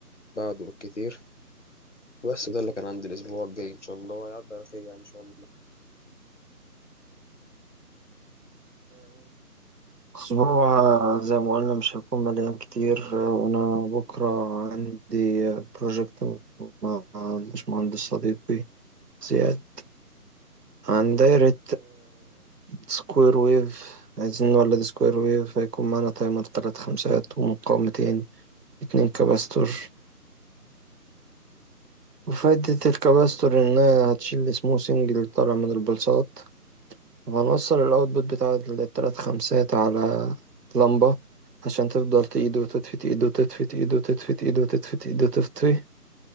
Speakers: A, on the left; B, on the right.
A: بعده بالكتير بس ده اللي كان عندي الأسبوع الجاي إن شاء الله هيعدي على خير يعني إن شاء الله
B: أسبوع آه، زي ما قلنا مش هيكون مليان كتير آه، أنا بكرة عندي بروجكت مع الباشمهندس صديقي زياد عن دايرة سكوير ويف عايزين نولد سكوير ويف هيكون معانا تايمر تلات خمسات ومقاومتين اتنين كباستور وفايدة الكباستور إنها هتشيل السموثنج اللي طالع من البلصات وهنوصل الاوتبوت بتاع التلات خمسات على لمبة عشان تفضل تقيد وتطفي ايد وتطفي ايد وتطفي ايد وتطفي ايد وتطفي